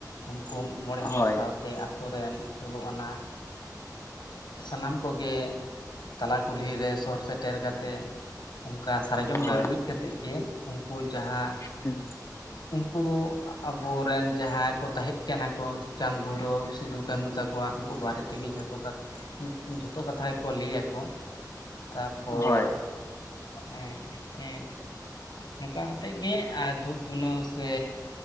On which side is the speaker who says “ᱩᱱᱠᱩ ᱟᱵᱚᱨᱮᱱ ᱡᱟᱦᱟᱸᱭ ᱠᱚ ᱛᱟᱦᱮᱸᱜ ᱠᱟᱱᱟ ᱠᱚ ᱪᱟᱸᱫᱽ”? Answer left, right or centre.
Left